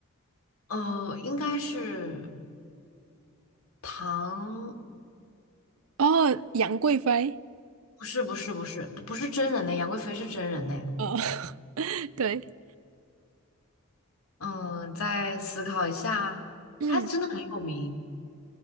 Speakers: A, on the left; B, on the right.
A: 呃，应该是唐，
B: 哦，杨贵妃，
A: 不是，不是，不是，不是真人的，杨贵妃是真人的。
B: 哦，<laughs> 对，
A: 嗯，再思考一下，
B: 嗯，
A: 还真的很有名。